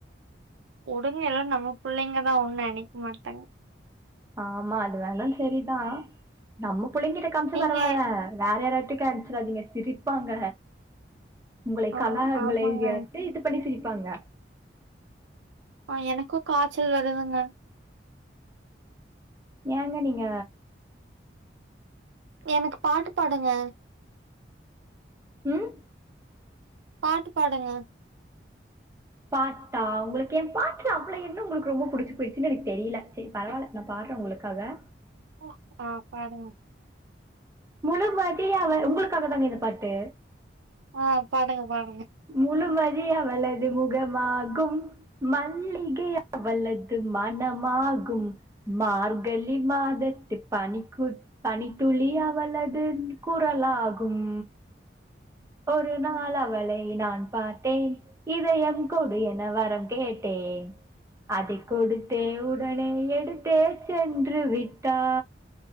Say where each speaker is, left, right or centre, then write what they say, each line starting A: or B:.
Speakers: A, on the right (about 80°); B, on the right (about 15°).
A: உடுங்க எல்லா நம்ம புள்ளைங்கதா ஒண்ணு நெனைக் மாட்டாங்க
B: ஆம்மா அது வேணுன் செரிதா நம்ம புள்ளைங்கிட்ட காமிச்சா
A: நீங்க
B: பரவால்ல வேற யார்யார்ட்டு காமிச்சுராதிங்க சிரிப்பாங்க உங்களை
A: ஆ
B: கலா உங்களை
A: ஆமாங்க
B: எ ட்டே இது பண்ணி சிரிப்பாங்க
A: அ எனக்கூ காச்சல் வருதுங்க
B: ஏங்க நீங்க
A: எனக் பாட்டு பாடுங்க
B: ம்
A: பாட்டு பாடுங்க
B: பாட்டா உங்களுக்கு என் பாட்டுல அவ்ள என்ன உங்களுக்கு ரொம்ப புடிச்சு போயிடுச்சுன்னு எனக்கு தெரியல சரி பரவாயில்ல நா பாடறே உங்களுக்காக
A: ஒ ஆ பாடுங்க
B: முழுமதி அவ உங்களுக்காக தாங்க இந்த பாட்டு
A: ஆ பாடுங்க பாடுங்க
B: முழுமதி அவளது முகமாகும் மல்லிகை அவளது மணமாகும் மார்கழி மாதத்து பனிக்கு பனித்துளி அவளது குரலாகும் ஒரு நாள் அவளை நான் பார்த்தேன் இதயம் கொடு என வரம் கேட்டேன் அதை கொடுத்தே உடனே எடுத்தே சென்று விட்டா